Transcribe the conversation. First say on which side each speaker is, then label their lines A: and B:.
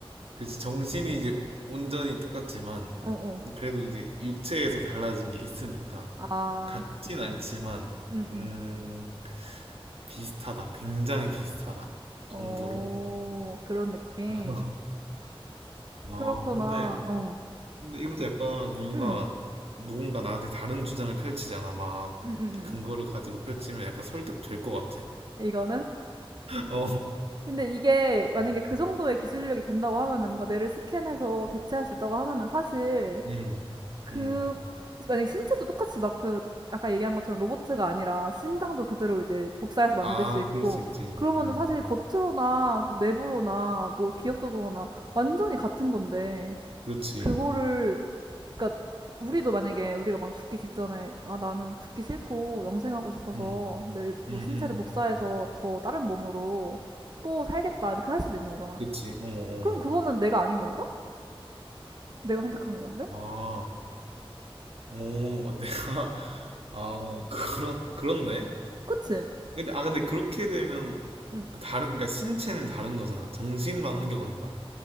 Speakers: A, on the right (about 75°); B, on the right (about 45°).
A: 그치, 정신이 이제 온전히 똑같지만,
B: 어, 어.
A: 그래도 이제 육체에서 달라진 게 있으니까.
B: 아,
A: 같진 않지만,
B: 음,
A: 음,
B: 음.
A: 비슷하다. 굉장히 비슷하다.
B: 어,
A: 정도로.
B: 그런 느낌.
A: <laughs> 아,
B: 그렇구나.
A: 근데,
B: 어.
A: 근데 이것도 약간 뭔가
B: 응.
A: 누군가 나한테 다른 주장을 펼치잖아. 막,
B: 음, 음,
A: 이렇게 근거를 가지고 펼치면 약간 설득될 것 같아.
B: 음. 이거는?
A: <laughs> 어.
B: 근데 이게 만약에
A: 음,
B: 그 정도의 기술력이 된다고 하면은 뭔가 뇌를 스캔해서 대체할 수 있다고 하면은 사실
A: 음.
B: 그
A: 음.
B: 만약에 신체도 똑같이 막 그 아까 얘기한 것처럼 로봇가 아니라 심장도 그대로 이제 복사해서 만들
A: 아,
B: 수 있고
A: 그럴 수 있지.
B: 그러면은
A: 음.
B: 사실 겉으로나 뭐 내부로나 뭐 기억 적으로나 완전히 같은 건데
A: 그렇지.
B: 그거를 그러니까 우리도 만약에 우리가 막 죽기 직전에 아 나는 죽기 싫고 영생하고 싶어서
A: 음.
B: 내
A: 음,
B: 뭐 신체를
A: 음.
B: 복사해서 더 다른 몸으로 또 살겠다 이렇게 할 수도 있는 거잖아.
A: 그치. 어, 어.
B: 그럼 그거는 내가 아닌 건가? 내가 선택한 건데?
A: 아, 오, 내가, <laughs> 아, 그런, 그렇네?
B: 그치?
A: 근데, 아, 근데 그렇게 되면,
B: 응.
A: 다른, 그러니까 신체는 다른 거잖아. 정신만 옮겨가는 거야?